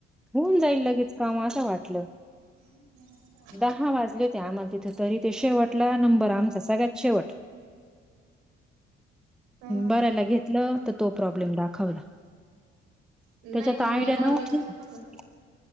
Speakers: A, in the centre; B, on the right.
A: होऊन जाईल लगेच काम असं वाटलं
B: ह म
A: दहा वाजले हो त्या आम्हाल तिथं तरी ते शेवटला नंबर आमचा सगळ्यात शेवट
B: हा हा
A: बरायला घेतलं तर तो प्रॉब्लेम दाखवला
B: नाही
A: त्याच्यात आयडिया
B: याला
A: नव्हतीच
B: विचारून बघा